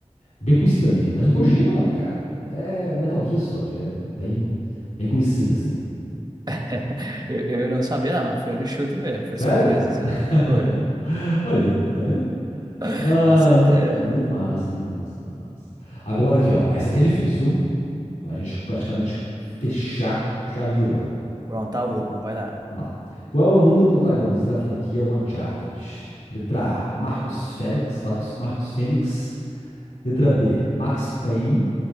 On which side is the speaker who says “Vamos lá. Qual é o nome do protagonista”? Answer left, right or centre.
Left